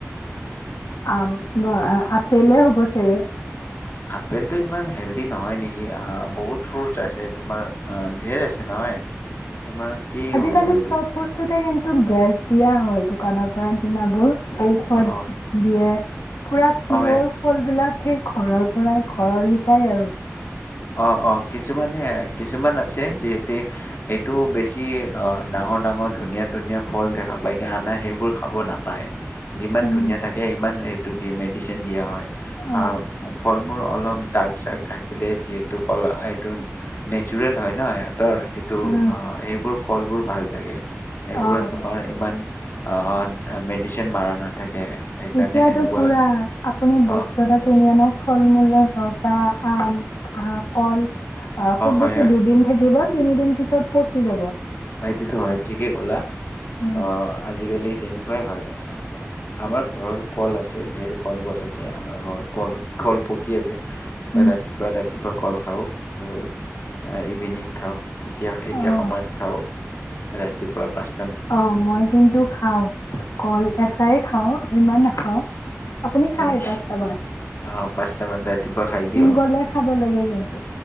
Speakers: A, on the left; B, on the left.
A: আম আপেলয়ে হব চাগে।
B: আপেলটো ইমান হেল্ডি নহয় নেকি বহুত ফ্ৰুৰ্ছ আছে তোমাৰ ধেৰ আছে নহয়। তোমাৰ কি
A: আজিকালি
B: হ'ব পাৰে
A: চব
B: বেছি
A: বস্তুতে কিন্ত। টো গেছ দিয়া হয় দোকানৰ পৰা কিনা বোৰ। ঔষধ
B: অ
A: দিয়ে। পুৰা পিয়ৰ
B: অ', হয়
A: ফল বিলাক। সেই ঘৰৰ পৰাই ঘৰৰ কেইটাই আৰু।
B: অ অ কিছুমানে কিছুমান আছে যিহেতু এইটো বেছি অ ডাঙৰ ডাঙৰ ধুনীয়া ধুনীয়া ফল দেখা পায় কি আনা সেইবোৰ খাব নাপায়। যিমান
A: উম।
B: ধুনীয়া থাকে ইমান এইটো দি মেডিচিন দিয়া হয়
A: অ',
B: আৰু ফল মূল অলপ তাৰ পাছত থাকিলে যিহেতু কলা সেইটো নেচাৰেল হয় ন সেইটো
A: উম,
B: অ এইবোৰ ফলবোৰ ভাল লাগে এইবোৰত
A: অ'।
B: তোমাৰ ইমান অ মেডিচিন মাৰা নাথাকে সেইকাৰণে
A: এতিয়াতো
B: সেনেকুৱা
A: পুৰা আপুনি বস্তু
B: অ',
A: এটা কিনি আনক ফল মূল হওক বা আম কল অ খুব
B: হয়
A: বেছি
B: হয়
A: দুদিন থাকিব তিনিদিন পিছত পচি যাব
B: হয়টোতো হয় ঠিকেই কলা
A: উম,
B: অ আজিকালি তেনেকুৱাই হয় আমাৰ ঘৰৰ কল আছে ধেৰ কলগছ আছে আমাৰ ঘৰত কলত কল পকি আছে
A: উম,
B: ৰাতিপুৱা ৰাতিপুৱা ৰাতিপুৱা কল খাওঁ আৰু ইভিনিং খাওঁ এতিয়া এতিয়া
A: অ'।
B: সময়ত খাওঁ ৰাতিপুৱা পাঁচ
A: অ মই কিন্তু খাও কল এটাই খাও ইমান ন অ আপুনি
B: হয়
A: খায়
B: নেকি
A: পাঁচটা মান
B: অ পাঁচটাামান ৰাতিপুৱা খাই দিওঁ
A: গ'লে খাব লাগে কিন্তু।